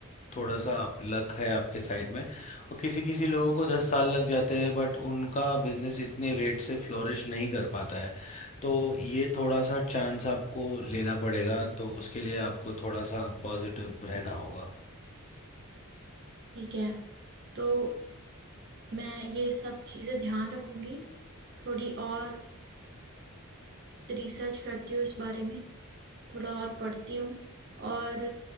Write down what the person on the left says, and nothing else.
थोड़ा सा आप लक है आपके साइड में और किसी किसी लोगों को दस साल लग जाते हैं बट उनका बिजनेस इतने रेट से फ्लोरिश नहीं कर पाता है तो ये थोड़ा सा चांस आपको लेना पड़ेगा तो उसके लिए आपको थोड़ा सा पॉजिटिव रहना होगा